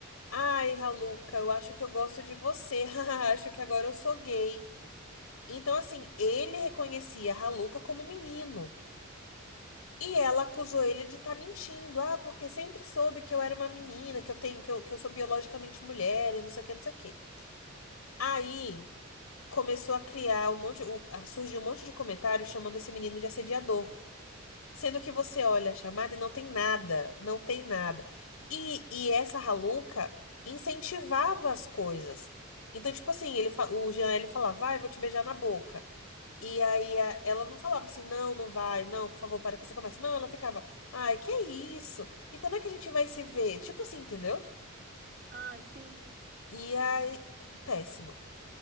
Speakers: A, on the left; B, on the right.
A: ai, Raluca, eu acho que eu gosto de você, <laughs> Haha, acho que agora eu sou gay. Então, assim, ele reconhecia a Raluca como menino. E ela acusou ele de estar mentindo. Ah, porque sempre soube que eu era uma menina, que eu tenho, que eu, que eu sou biologicamente mulher e não sei o que, não sei o que. Aí começou a criar um monte, o- a surgir um monte de comentários chamando esse menino de assediador. Sendo que você olha a chamada e não tem nada, não tem nada. E, e essa Raluca incentivava as coisas. Então, tipo assim, ele, fa- o Jean, ele falava, vai, eu vou te beijar na boca. E aí a- ela não falava assim, não, não vai, não, por favor, para com essa conversa. Não, ela ficava, ai, que é isso? E quando é que a gente vai se ver? Tipo assim, entendeu?
B: Ai, sim,
A: E
B: sim.
A: aí, péssimo.